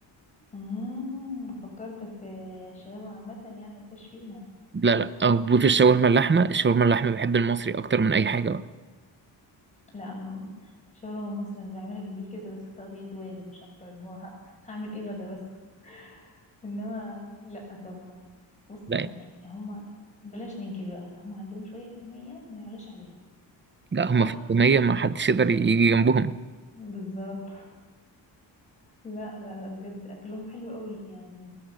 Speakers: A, on the left (about 15°); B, on the right (about 25°).
A: امم فكرتك آه، الشاورما عامه يعني ما فيش فيها
B: لا لا أو في الشاورما اللحمة الشاورما اللحمة بحب المصري أكتر من أي حاجة بقى.
A: لا م- شاورما مصري انا بعملها في البيت كده بس تقضية واجب مش اكتر اللي هو ه- هعمل ايه غدا بس <laughs> انما لا طبعا بص
B: لا
A: يعني هما بلاش ننكر بقى هما عندهم شوية تومية ما يعلاش عليها
B: لا هم
A: صح
B: في التومية ما حدش يقدر يجي جنبهم
A: بالظبط لا لا لا بجد اكلهم حلو قوي يعني